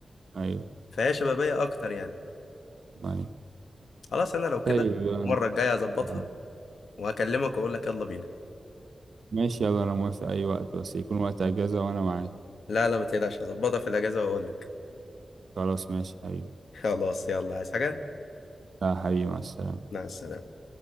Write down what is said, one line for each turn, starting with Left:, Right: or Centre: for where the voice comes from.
Right: أيوة
Left: فهي شبابية أكتر يعني
Right: أيوة
Left: خلاص أنا لو كده
Right: طيب اه
Left: المرة الجاية هظبطها
Right: آه.
Left: وهكلمك وأقول لك يلا بينا
Right: ماشي يلا أنا موافق أي وقت بس يكون وقت أجازة وأنا معاك
Left: لا لا ما تقلقش هظبطها في الأجازة وأقول لك
Right: خلاص ماشي حبيبي
Left: <laughs> خلاص يلا عايز حاجة؟
Right: لا حبيبي مع السلامة
Left: مع السلامة